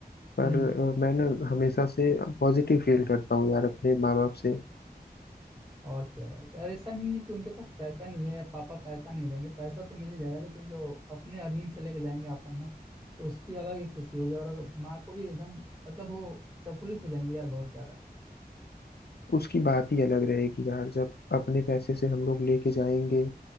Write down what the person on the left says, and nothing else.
पर
अ, मैं ना हमेशा से पॉजिटिव फील करता हूँ यार अपने माँ बाप से
उसकी बात ही अलग रहेगी यार जब अपने पैसे से हम लोग लेके जाएंगे